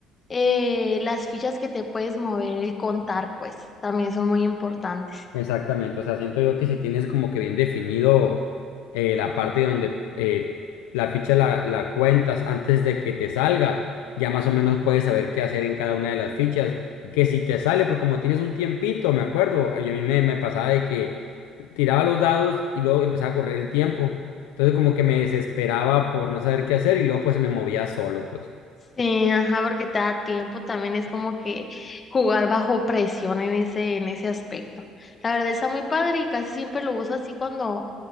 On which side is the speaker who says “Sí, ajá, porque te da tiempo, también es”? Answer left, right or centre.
Left